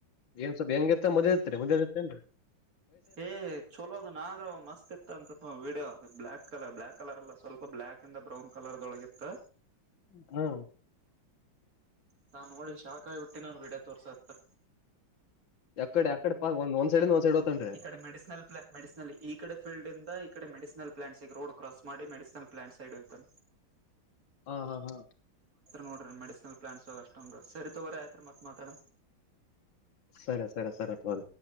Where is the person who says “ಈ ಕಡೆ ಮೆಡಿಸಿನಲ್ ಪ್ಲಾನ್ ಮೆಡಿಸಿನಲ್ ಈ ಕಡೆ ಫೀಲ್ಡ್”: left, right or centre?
Right